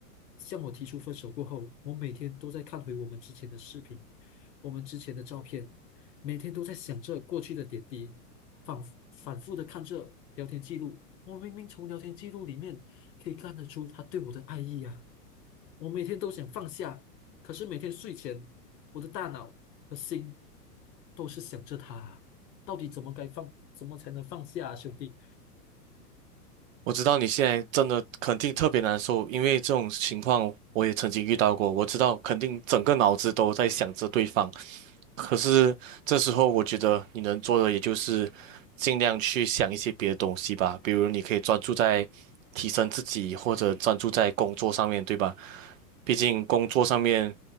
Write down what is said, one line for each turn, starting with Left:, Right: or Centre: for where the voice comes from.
Left: 向我提出分手过后，我每天都在看回我们之前的视频，我们之前的照片，每天都在想着过去的点滴，反反复的看着聊天记录。我明明从聊天记录里面可以看得出他对我的爱意啊！我每天都想放下，可是每天睡前，我的大脑和心都是想着他啊，到底怎么该放，怎么才能放下啊，兄弟？
Right: 我知道你现在真的肯定特别难受，因为这种情况我也曾经遇到过。我知道肯定整个脑子都在想着对方，可是这时候我觉得你能做的也就是尽量去想一些别的东西吧，比如你可以专注在提升自己，或者专注在工作上面，对吧？毕竟工作上面，